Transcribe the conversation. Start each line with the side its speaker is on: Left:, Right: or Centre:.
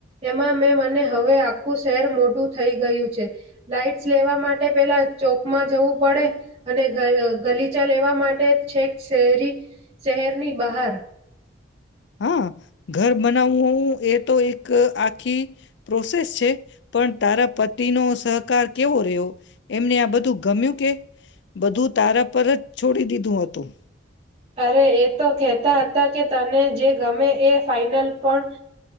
Right: એમાં મે મને હવે આખું શહેર મોઢું થઈ ગયું છે લાઈટ્સ લેવા માટે પેલા ચોકમાં જવું પડે અને ગય અ ગલીચા લેવા માટે છેક શેરી શહેરની બહાર.
Left: હા ઘર બનાવું એ તો એક આખી પ્રોસેસ છે પણ તારા પતિનો સહકાર કેવો રહ્યો એમને આ બધું ગમ્યું કે બધું તારા પર જ છોડી દીધું હતું.
Right: અરે એ તો કહેતા હતા કે તને જે ગમે એ ફાઈનલ પણ